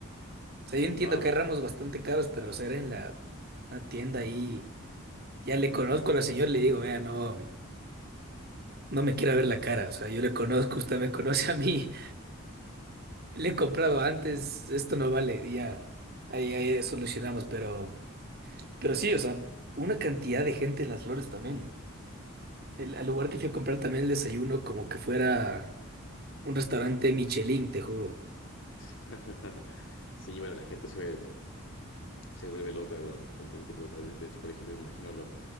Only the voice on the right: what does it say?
O sea, yo entiendo
que hay ramos bastante caros, pero o sea, era en la una tienda ahí. Ya le conozco a la señora, le digo, vea, no. No me quiere ver la cara, o sea, yo le conozco, usted me conoce a mí, <laughs> le he comprado antes, esto no vale, y ya, ahí, ahí solucionamos, pero, pero sí, o sea, una cantidad de gente en Las Flores también. El, al lugar que fui a comprar también el desayuno, como que fuera un restaurante Michelin, te juro.